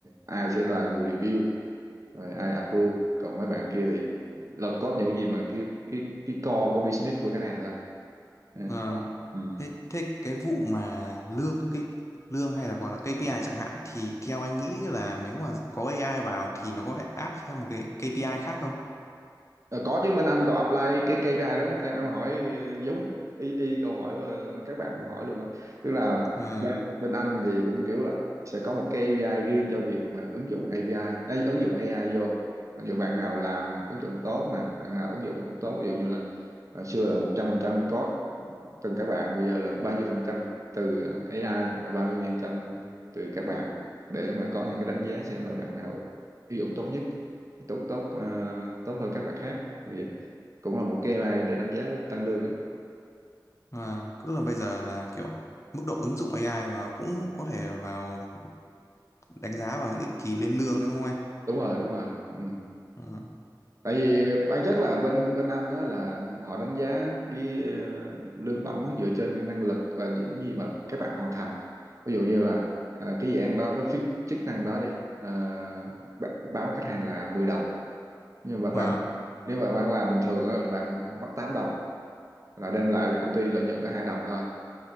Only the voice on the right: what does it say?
ai sẽ là người review rồi ai approve còn mấy bạn kia thì là code những cái gì mà cái cái cái core của business của cái này thôi Ừ.
Ừ.
Ờ, có chứ bên anh có apply cái KPI đó em em hỏi ờ, giống y y câu hỏi ờ, các bạn cũng hỏi luôn á tức là
bên, Ừ. bên anh thì cũng kiểu là sẽ có một KPI riêng cho việc mà ứng dụng API ấy, ứng dụng AI vô ví dụ bạn nào làm ứng dụng tốt nè bạn nào ứng dụng không tốt ví dụ như là ờ, xưa là 100% code từng các bạn bây giờ là bao nhiêu phần trăm từ AI và bao nhiêu phần trăm từ các bạn để mà có những cái đánh giá xem là bạn nào ứng dụng tốt nhất tốt tốt ờ, tốt hơn các bạn khác như vậy cũng là một cái AI để đánh giá tăng lương á
Ừ.
đúng rồi đúng rồi ừ.
tại vì bản chất là bên bên anh đó là họ đánh giá cái ờ, lương bổng á dựa trên cái năng lực và những gì mà các bạn hoàn thành ví dụ như là ờ, cái dự án đó cái phi- chức năng đó đi ờ, bá- báo khách hàng là mười đồng nhưng mà bạn
nếu mà bạn làm bình thường á là bạn mất tám đồng là đem lại là công ty lợi nhuận có hai đồng thôi